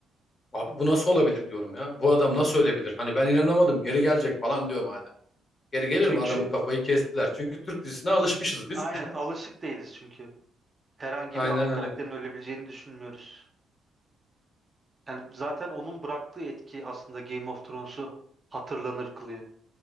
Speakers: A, on the left; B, on the right.
A: Abi bu nasıl olabilir diyorum ya. Bu adam nasıl ölebilir? Hani ben inanamadım. Geri gelecek falan diyorum hala. Geri gelir
B: Çünkü
A: mi adamın kafayı kestiler. Çünkü Türk dizisine alışmışız
B: aynen
A: biz. <laughs>
B: alışık değiliz çünkü. Herhangi
A: Aynen
B: bir ana karakterin
A: öyle.
B: ölebileceğini düşünmüyoruz. Yani zaten onun bıraktığı etki aslında Game of Thrones'u hatırlanır kılıyor.